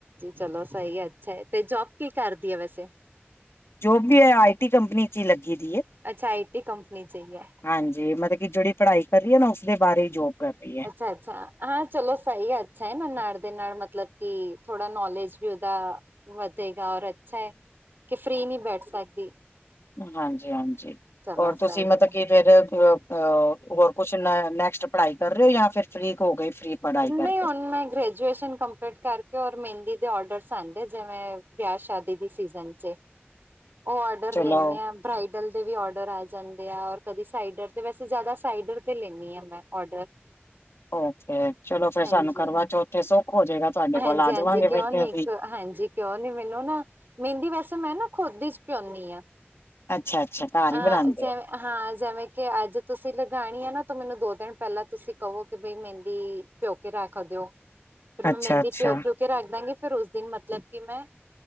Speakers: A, on the right; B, on the left.
A: ਚਲੋਂ ਸਈ ਐ, ਅੱਛਾ ਐ, ਤੇ ਜੋਬ ਕੀ ਕਰਦੀ ਐ ਵੈਸੇ?
B: ਜੋਬ ਵੀ ਏਹ ਆਈ ਟੀ ਕੰਪਨੀ ਚ ਈ ਲੱਗੀ ਦੀ ਐ,
A: ਅੱਛਾ ਆਈ ਟੀ ਕੰਪਨੀ ਚਾਹੀਏ
B: ਹਾਂਜੀ ਮਤਲ ਕੀ ਜੇਹੜੀ ਪੜ੍ਹਾਈ ਕਰ ਰਹੀ ਐ ਨਾ, ਉਸਦੇ ਬਾਰੇ ਈ ਜੋਬ ਕਰ ਰਈ
A: ਅੱਛਾ-ਅੱਛਾ ਹਾਂ ਚਲੋਂ ਸਹੀ ਐ, ਅੱਛਾ ਐ, ਨਾ ਨਾਲ ਦੇ ਨਾਲ ਮਤਲਬ ਕਿ ਥੋੜਾ ਨੌਲੇਜ ਵੀ ਉਹਦਾ ਵਧੇਗਾ ਔਰ ਅੱਛਾ ਐ, ਕਿ ਫ੍ਰਰੀ ਨੀ ਬੈਠ ਸਕਦੀ।
B: ਹਾਂਜੀ-ਹਾਂਜੀ,
A: ਚਲੋ
B: ਔਰ
A: ਸਹੀ
B: ਤੁਸੀਂ ਮਤ
A: ਹੈ
B: ਕੀ ਫਿਰ ਆਹ ਆ ਹੋਰ ਕੁਛ ਨੈ ਨੈਕਸਟ ਪੜ੍ਹਾਈ ਕਰ ਰਹੇ ਹੋ ਜਾਂ ਫਿਰ ਫ੍ਰਰੀਕ ਹੋ ਗਏ ਫ੍ਰਰੀ ਪੜ੍ਹਾਈ ਕਰਕੇ
A: ਨਹੀਂ ਹੁਣ ਮੈਂ ਗ੍ਰ ਜੂਏਸ਼ਨ ਕਮਪਲੀਟ ਕਰਕੇ, ਔਰ ਮਹਿੰਦੀ ਦੇ ਔਡਰਸ ਆਦੇ, ਜਿਵੇ ਵਿਆਹ ਸ਼ਾਦੀ ਦੀ ਸੀਜਨ ਚ। ਉਹ ਔਡਰ
B: ਚਲੋ
A: ਲੈਂਨੇ ਆ। ਬਰਾਈਡਲ ਦੇ ਵੀ ਔਡਰ ਆ ਜਾਂਦੇ ਆ, ਔਰ ਕਦੀ ਸਾਈਡਰ ਦੇ ਵੈਸੇ ਜ਼ਿਆਦਾ ਸਾਈਡਰ 'ਦੇ ਲੈਂਦੀ ਆ ਮੈਂ ਔਡਰ।
B: ਓਕੇ। ਚਲੋਂ ਫੇਰ
A: ਹਾਂਜੀ
B: ਸਾਨੂੰ ਕਰਵਾ ਚੌਥੇ ਸੁੱਖ ਹੋ ਜਾਏਗਾ, ਤੁਹਾਡੇ ਕੋਲ
A: ਹਾਂਜੀ
B: ਆ
A: ਹਾਂਜੀ
B: ਜਾਵਾਂਗੇ ਫਿਰ
A: ਕਿਉਂ
B: ਤੇ
A: ਨੀ
B: ਅਸੀਂ।
A: ਹਾਂਜੀ ਕਿਉਂ ਨੀ ਮੈਨੂੰ ਨਾ ਮਹਿੰਦੀ ਵੈਸੇ ਮੈਂ ਨਾ ਖੁਦ ਚ ਭਿਉਂਨੀ ਆ,
B: ਅੱਛਾ-ਅੱਛਾ ਘਰ ਹੀ
A: ਅਹ
B: ਬਣਾਉਂਦੇ
A: ਜਿਵੇਂ
B: ਹੋ।
A: ਹਾਂ ਜਿਵੇਂ ਕਿ ਅੱਜ ਤੁਸੀਂ ਲਗਾਣੀ ਆ ਨਾ, ਤੇ ਮੈਨੂੰ ਦੋ ਦਿਨ ਪਹਿਲਾਂ ਤੁਸੀਂ ਕਹੋ ਕਿ ਬਈ ਮਹਿ ਦੀ ਭਿਓ ਕੇ ਰੱਖ ਦਿਓ, ਫਿਰ ਮੈਂ
B: ਅੱਛਾ-ਅੱਛਾ
A: ਮਹਿੰਦੀ ਭਿਓ ਕੇ ਉ ਕੇ ਰੱਖ ਦਾਂਗੀ, ਫ਼ਿਰ ਉਸ ਦਿਨ ਮਤਲਬ ਕਿ ਮੈਂ